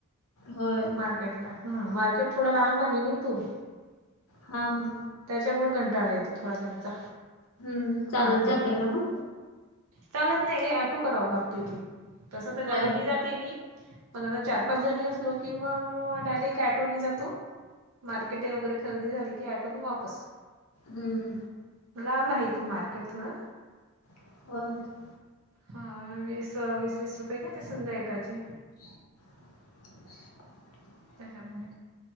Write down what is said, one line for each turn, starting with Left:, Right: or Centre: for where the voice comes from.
Left: होय.
Right: मार्केट थोडं लांब आहे नी इथून.
Left: हां हां.
Right: त्याच्यामुळ कंटाळा येतो थोडा जायचा,
Left: हम्म चालत
Right: मार्केटला.
Left: जातय का मग
Right: चालत नाही का ॲटो कराव लागतो इथून. तस तर गाडी
Left: होय
Right: नाही जाते मी पण आता चार
Left: हं.
Right: पाच जणी असलो की मग डायरेक्ट ते ऑटो ने जातो, मार्केट वगैरे खरेदी झाली की आटो ने वापस.
Left: हूं.
Right: लांब आहे इथून मार्केट थोडं.
Left: <inaudible>
Right: हा वीस वीस वीस रुपये घेते समजा एकाचे.
Left: <inaudible>
Right: त्याच्यामुळे,